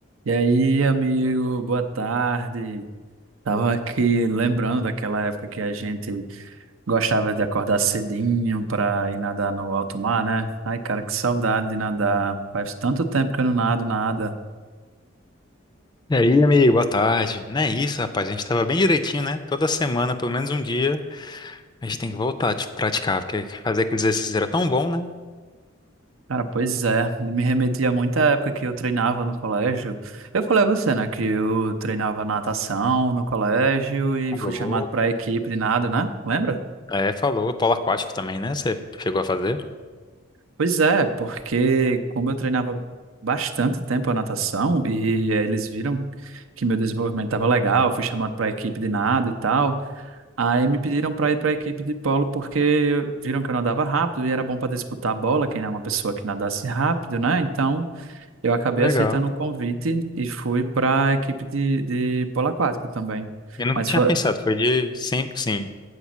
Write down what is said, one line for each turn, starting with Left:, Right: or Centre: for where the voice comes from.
Right: E aí, amigo, boa tarde. Tava aqui lembrando daquela época que a gente gostava de acordar cedinho para ir nadar no alto mar, né? Ai, cara, que saudade de nadar. Faz tanto tempo que eu não nado nada.
Left: E aí, amigo, boa tarde. Não é isso, rapaz. A gente tava bem direitinho, né? Toda semana, pelo menos um dia, a gente tem que voltar a praticar, porque fazer aqueles exercícios era tão bom, né?
Right: Cara, pois é, me remetia muito à época que eu treinava no colégio. Eu falei a você, né, que eu treinava natação no colégio e
Left: Falou.
Right: fui chamado para a equipe de nado, né? Lembra?
Left: É, falou. Polo aquático também, né? Você chegou a fazer?
Right: Pois é, porque como eu treinava bastante tempo a natação e eh, eles viram que meu desenvolvimento estava legal, fui chamado para a equipe de nado e tal, aí me pediram para ir para a equipe de polo porque viram que eu nadava rápido e era bom para disputar a bola, quem é uma pessoa que nadasse rápido, né? Então eu acabei
Left: Legal.
Right: aceitando o convite e fui para a equipe de, de polo aquático também.
Left: Eu nunca
Right: Mas
Left: tinha
Right: foi,
Left: pensado. Foi de sempre, sim,